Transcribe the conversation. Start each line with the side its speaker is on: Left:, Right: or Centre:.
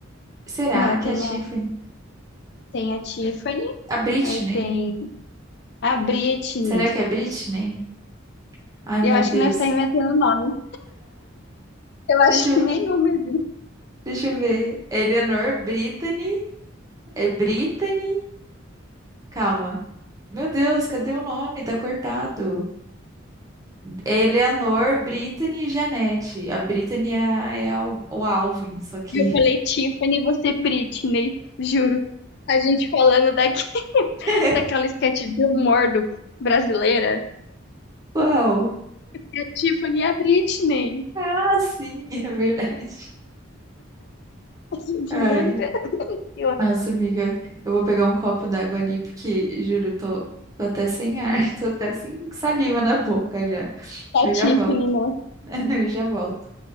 Right: Será
Left: Não,
Right: que
Left: tem
Right: é a Tiffany?
Left: a, tem a Tiffany,
Right: A Britney.
Left: aí tem a Britney.
Right: Será que é a Britney? Ai,
Left: Eu
Right: meu
Left: acho
Right: Deus.
Left: que nós estamos inventando nome. Eu acho
Right: Deixa eu,
Left: que nenhuma é
Right: deixa eu ver. Eleanor Britney? É Britney? Calma. Meu Deus, cadê o nome? Tá cortado. Eleanor, Brittany e Janete. A Brittany é, a- é a- o Alvin, só que.
Left: Eu falei Tiffany e você Britney, juro. A gente falando daqui, <laughs>
Right: <laughs>
Left: daquela sketch de humor do, brasileira.
Right: Uau!
Left: A Tiffany e a Britney.
Right: Ah, sim, <laughs> é verdade.
Left: <laughs> A gente
Right: Ai,
Left: inventa. Eu acho
Right: nossa, amiga, eu vou pegar um copo d'água ali, porque, juro, eu tô, tô até sem ar, <laughs> tô até sem saliva na boca já.
Left: que a
Right: Eu
Left: Tiffany,
Right: já volto.
Left: né?
Right: <laughs> Eu já volto.